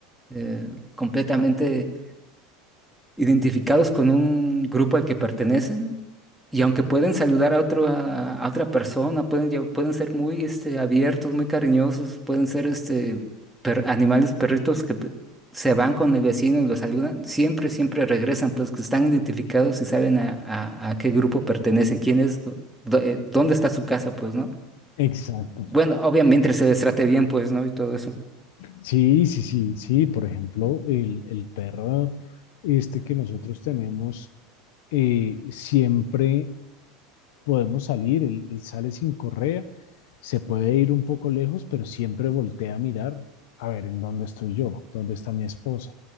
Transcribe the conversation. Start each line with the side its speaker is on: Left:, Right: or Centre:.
Centre: eh, completamente identificados con un grupo al que pertenecen y aunque pueden saludar a otro, a, a otra persona, pueden, lle- pueden ser muy este, abiertos, muy cariñosos, pueden ser este, per- animales, perritos que pe- se van con el vecino y los saludan, siempre, siempre regresan, pues que están identificados y saben a, a- a qué grupo pertenecen, quién es, dó- dó- eh, dónde está su casa, pues, ¿no?
Left: Exacto.
Centre: Bueno, obviamente se les trate bien, pues, ¿no? Y todo eso.
Left: Sí, sí, sí, sí. Por ejemplo, el, el perro este que nosotros tenemos, eh, siempre podemos salir, él, él sale sin correa, se puede ir un poco lejos, pero siempre voltea a mirar a ver en dónde estoy yo, dónde está mi esposa.